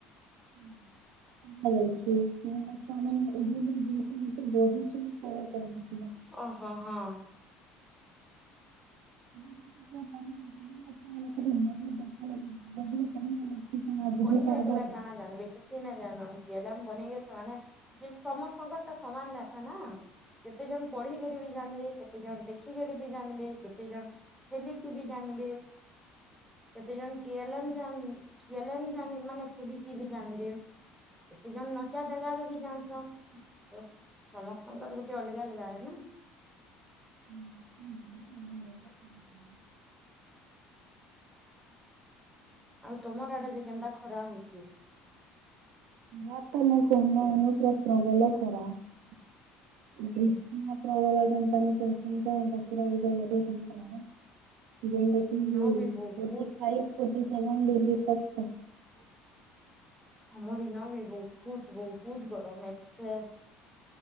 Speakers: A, on the right (about 80°); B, in the centre.
A: ସମାନେ ଜିନିଷ ବହିିଛି।
B: ଓହୋ ହଁ।
A: <unintelligible> ବୁଝିପାରିବା
B: ପଢିକି ଦେଖିଲେ
A: ଖରାପ
B: କାଣା ଜାନିବି କିଛି ନାଇଁ ଜାନିବି ହେଲେମ ବନେଇ ସ। ଯେ ସମସ୍ତଙ୍କର ଟା ସମାନ ନା। ନା କେତେ ଜଣ ପଢି କରିବି ଜାନ୍। କେତେ ଜଣ ଦେଖିକରି ବି ଜାନିବେ କେତେ ଜଣ ଖେଲିକି ବି ଜାନିବେ କେତେ ଜନ ଟିଏଲେମ୍ ଜା। ଏଲେମ୍ ଜାନି ମାନେ ଖେଲିକି ବି ଜାନିବେ। ଏଇ ଜଣ ନଚା ଜାଗାରେ ବି ଜାସନ୍ ତ ସମସ୍ତଙ୍କର ଗୋଟେ ଅଲଗା ଅଲଗା ନା।
A: ହୁଁ।
B: ଆଉ ତମର ଆଡେ ଯେ କେନ୍ତା ଖରା ହଉଛି।
A: ରାତା ନା କନନ ପ୍ରପଗଲା କରରା ବତାାନଇ ସେତା ଙ୍ଗ କିି ଫର୍ଟି ଫାଇ ଫଟି
B: ଇନ
A: ସେଭ
B: ବି ବହୁତ
A: ଡିଗ୍ରୀି ପ।
B: ଆମରି ନ ବି ବହୁତ। ବହୁତ ଗରମ ଏକ୍ସେସ